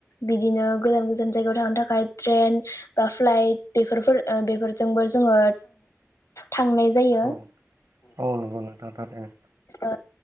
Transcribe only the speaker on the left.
बिदिनो गोजान-गोजान जायगायाव थांनो थाखाय ट्रेन बा फ्लाइट बेफोरफोर बेफोरजोंबो जोङो थांनाय जायो।
ओ